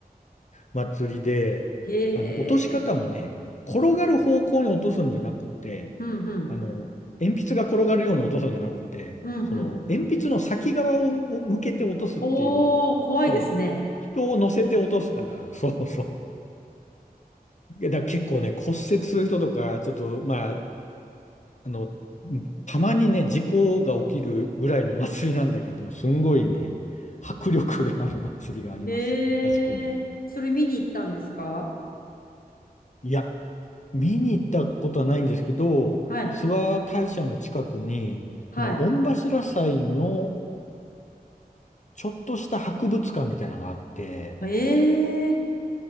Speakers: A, on the left; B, on the left.
A: 祭りで、
B: へえ。
A: あの、落とし方もね、転がる方向に落とすんじゃなくて、
B: うんうん。
A: あの、鉛筆が転がるように落とすんじゃなくて、
B: うんうん。
A: その、鉛筆の先側を向けて落とすっていう方、
B: おー、怖いですね。
A: 人を乗せて落とすから、そうそう。いや、だから結構ね、骨折する人とか、ちょっと、まあ、あの、たまにね、事故が起きるぐらいの祭りなんだけど、すんごいね、迫力がある祭りがあります、
B: へえ、
A: あそこに。
B: それ見に行ったんですか
A: いや、見に行ったことはないんですけど、
B: はい、
A: 諏訪大社の近くに、
B: は
A: その御柱祭のちょっとした博物館みたいなのがあって、
B: い。ええ、